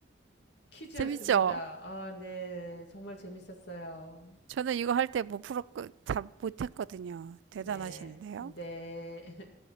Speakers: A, on the left; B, on the right.
A: 퀴즈였습니다.
B: 재밌죠?
A: 아, 네. 정말 재밌었어요.
B: 저는 이거 할 때 못 풀었고 다 못했거든요. 대단하시는데요.
A: 네, 네.